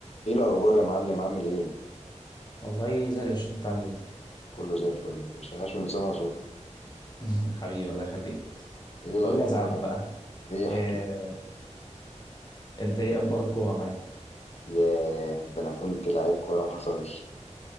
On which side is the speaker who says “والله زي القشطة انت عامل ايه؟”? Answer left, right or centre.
Left